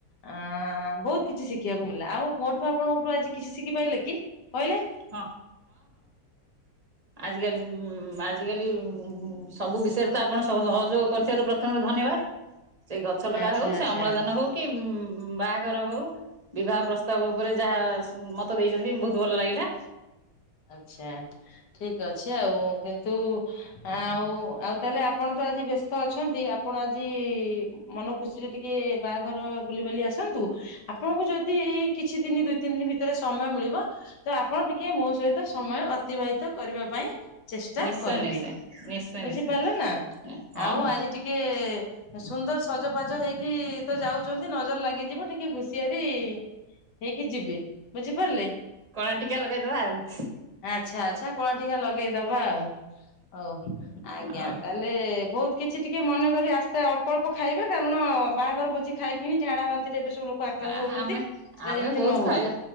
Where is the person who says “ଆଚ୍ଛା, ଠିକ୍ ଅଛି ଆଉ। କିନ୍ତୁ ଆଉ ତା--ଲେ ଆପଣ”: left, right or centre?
Left